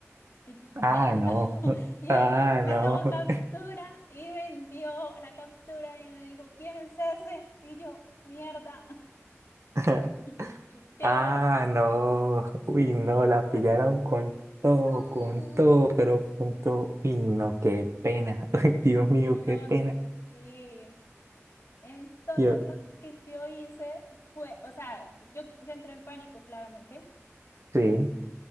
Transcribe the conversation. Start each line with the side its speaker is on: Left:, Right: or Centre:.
Left: Y, y
Right: Ah,
Left: él,
Right: no.
Left: <laughs>
Right: <laughs>
Left: y
Right: Ah,
Left: él le
Right: no.
Left: tomó captura y me envió la captura y me dijo, ¿quién es ese? Y yo, mierda,
Right: <laughs>
Left: <laughs> qué
Right: Ah,
Left: oso.
Right: no. Uy, no, la
Left: Sí,
Right: pillaron con
Left: <laughs>
Right: todo, con todo, pero con todo. Uy, no, qué pena. <laughs> Uy, Dios mío,
Left: qué
Right: qué
Left: oso,
Right: pena.
Left: sí. Entonces
Right: Yo,
Left: lo que yo hice fue, o sea, yo, yo entré en pánico claramente.
Right: sí.